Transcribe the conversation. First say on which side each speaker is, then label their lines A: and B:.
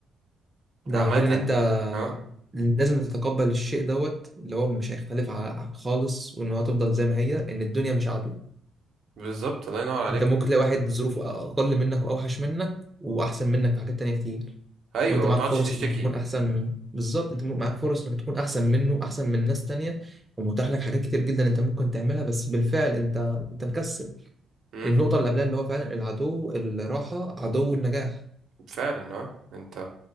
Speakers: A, on the right (about 15°); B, on the right (about 65°).
A: ده
B: عامه
A: غير ان انت
B: اه
A: لازم تتقبل الشيء دوت اللي هو مش هيختلف ع- خالص وان هو هتفضل زي ما هي ان الدنيا مش عادلة
B: بالظبط الله ينور عليك
A: انت ممكن تلاقي واحد ظروفه اقل منك واوحش منك واحسن منك في حاجات تانية كتير
B: ايوه
A: وانت
B: ما
A: معاك
B: تقعدش
A: فرص
B: تشتكي
A: انك تكون احسن من- بالظبط انت م- معاك فرص انك تكون احسن منه احسن من ناس تانية ومتاح لك حاجات كتير جدا انت ممكن تعملها بس بالفعل انت انت مكسل
B: مم.
A: للنقطة اللي قبلها اللي هو فعلا العدو الراحة عدو النجاح
B: فعلا اه انت